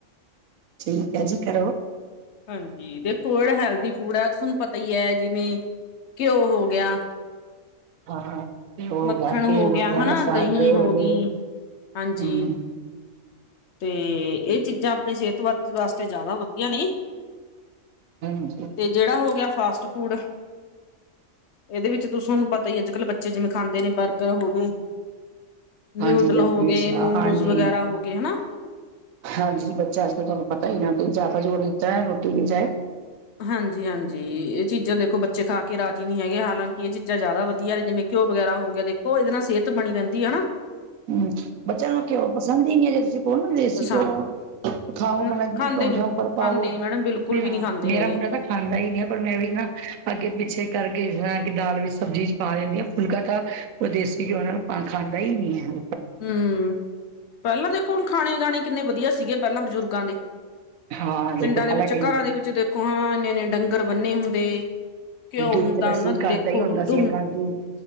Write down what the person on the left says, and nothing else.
ਹਾਂਜੀ, ਦੇਖੋ ਜੇੜਾ ਹੈਲਦੀ ਫੂਡ ਐ ਓ ਸਾਨੂੰ ਪਤਾ ਈ ਐ ਜਿਵੇਂ ਘਿਓ ਹੋ ਗਿਆ
ਮੱਖਣ
ਹੋ ਗਿਆ, ਹੈਨਾ
ਦਹੀਂ ਹੋਗੀ,
ਹਾਂਜੀ।
ਤੇ ਇਹ ਚੀਜ਼ਾਂ ਅਪਣੀ ਸੇਹਤ ਵਾ ਵਾਸਤੇ ਜੈਦਾ ਵਦੀਆ ਨੇ।
ਜੇੜਾ ਹੋ ਗਿਆ ਫਾਸਟ ਫੂਡ ਐਦੇ ਵਿੱਚ ਤੁਸਾ ਨੂੰ ਪਤਾ ਈ ਅੱਜ-ਕੱਲ ਬੱਚੇ ਜਿਵੇਂ ਖਾਂਦੇ ਨੇ ਬਰਗਰ ਹੋਗੇ ਨਿਊਡਲ
ਹੋਗੇ,
ਮੋਮੋਸ
ਵਗੈਰਾ ਹੋਗੇ ਹੈਨਾ।
ਹਾਂਜੀ-ਹਾਂਜੀ, ਏ ਚੀਜ਼ਾਂ ਦੇਖੋ ਬੱਚੇ ਖਾ ਕੇ ਰਾਜੀ ਨੀ ਹੈਗੇ ਹਾਲਾਂਕਿ ਇਹ ਚੀਜ਼ਾਂ ਜੈਦਾ ਵਦੀਆ ਨੇ ਜਿਵੇਂ ਘਿਓ ਵਗੈਰਾ ਹੋ ਗਿਆ ਦੇਖੋ ਇਦੇ ਨਾਲ ਸੇਹਤ ਬਣੀ ਰਹਿੰਦੀ ਹੈਨਾ।
ਪਸੰਦ
ਨਾ
ਖਾਂਦੇ
ਨੀ
ਖਾਂਦੇ ਨੀ ਮੈਡਮ ਬਿਲਕੁਲ
ਵੀ ਨੀ
ਖਾਂਦੇ
ਹੈਗੇ
ਹੂੰ, ਪੈਲਾਂ ਦੇਖੋ ਹੁਣ ਖਾਣੇ ਗਾਣੇ ਕਿੰਨੇ ਵਦੀਆ ਸੀਗੇ ਪੈਲਾਂ ਬਜ਼ੁਰਗਾਂ ਦੇ
ਪਿੰਡਾਂ
ਦੇ ਵਿੱਚ,
ਘਰਾਂ ਦੇ ਵਿੱਚ ਦੇਖੋ ਹਾਂ ਇੰਨੇ-ਇੰਨੇ ਡੰਗਰ ਬੰਨੇ ਹੁੰਦੇ ਘਿਓ
ਹੁੰਦਾ
ਉਹਨਾਂ ਦੇ
ਦੇਖੋ
ਦੁੱਧ